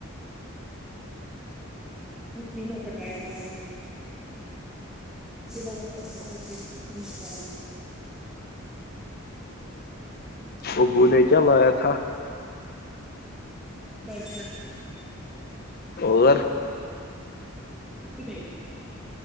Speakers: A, in the centre; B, on the left.
A: اور تینوں کٹرائی کرنا یہ والا چیز فش کرنا <unintelligible>
B: ابو نے کیا لایا تھا <unintelligible>
A: ب <inaudible>
B: اور <inaudible>
A: یک نہیں <inaudible>